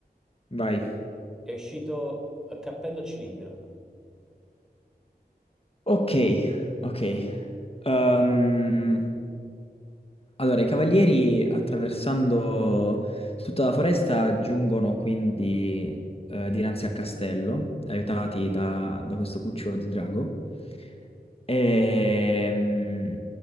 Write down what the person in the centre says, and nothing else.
È uscito a cappello a cilindro.